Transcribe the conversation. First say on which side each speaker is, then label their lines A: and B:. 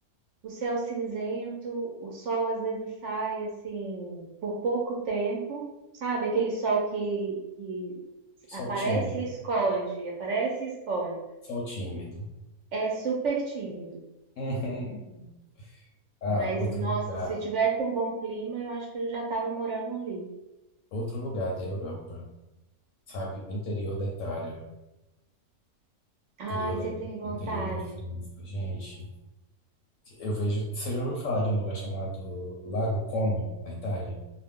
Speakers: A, on the right; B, on the left.
A: o céu cinzento, o sol às vezes sai assim por pouco tempo, sabe? Aquele sol que, que
B: Só
A: aparece
B: o tímido,
A: e esconde, aparece e esconde.
B: só o tímido.
A: É super tímido.
B: Uhum. Ah,
A: Mas,
B: outro
A: nossa,
B: lugar,
A: se tivesse um bom clima, eu acho que eu já estava morando ali.
B: outro lugar da Europa, sabe? O interior da Itália,
A: Ai,
B: interior
A: você
B: da,
A: tem vontade?
B: interior da França, gente. Eu vejo, você já ouviu falar de um lugar chamado Lago Como, na Itália?